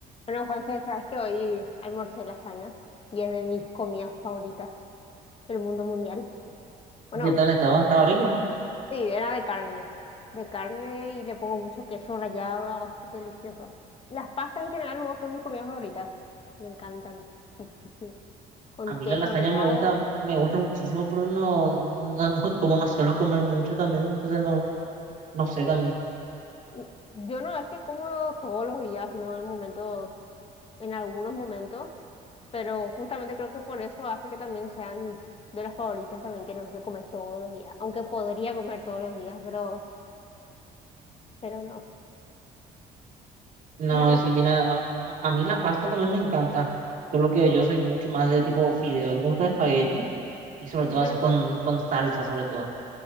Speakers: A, on the left; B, on the right.
A: Bueno, Juanse, sabes que hoy almorcé lasañas y es de mis comidas favoritas del mundo mundial. Bueno,
B: ¿Qué tal? Estaba, estaba rico.
A: sí, era de carne. De carne y le pongo mucho queso rallado. Ay, qué delicioso. Las pastas en general luego son mis comidas favoritas. Me encantan muchísimo. Con
B: A mí
A: queso
B: la lasaña
A: rallado.
B: me gusta, me gusta muchísimo, pero no, no, no- <laughs> como no suelo comer mucho también, entonces no, no sé también.
A: Y Yo no es que como todos los días, sino en momentos, en algunos momentos, pero justamente creo que por eso hace que también sean de las favoritas también, que no es que comer todos los días. Aunque podría comer todos los días, pero. pero no.
B: No,
A: ¿Y a vos
B: sí,
A: qué te
B: mira,
A: gusta?
B: a, a- a mí la pasta también me encanta, solo que yo soy mucho más de tipo fideo. Me gusta espagueti y sobre todo
A: Bueno,
B: así con, con salsa, sobre todo.